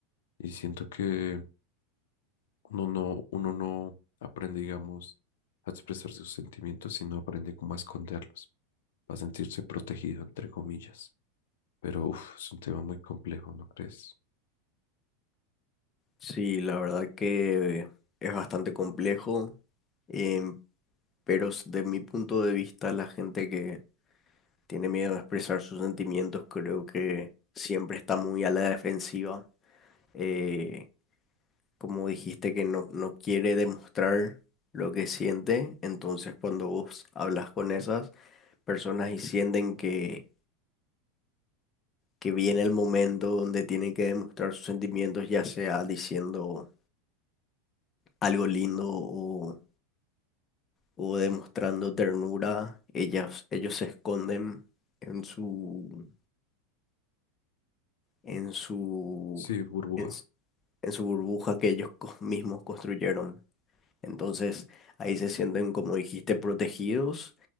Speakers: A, on the left; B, on the left.
A: Y siento que uno no, uno no aprende, digamos, a expresar sus sentimientos, sino aprende cómo a esconderlos, a sentirse protegido, entre comillas. Pero uf, es un tema muy complejo, ¿no crees?
B: Sí, la verdad que es bastante complejo, em, pero s- de mi punto de vista la gente que tiene miedo a expresar sus sentimientos creo que siempre está muy a la defensiva eh, como dijiste que no, no quiere demostrar lo que siente, entonces cuando vos hablas con esas personas y sienten que, que viene el momento donde tienen que demostrar sus sentimientos, ya sea diciendo algo lindo o, o demostrando ternura, ellas, ellos se esconden en su, en su,
A: Sí, burbuja.
B: en, s- en su burbuja que ellos <laughs> cos- mismos construyeron. Entonces, Ahí se sienten, como dijiste, protegidos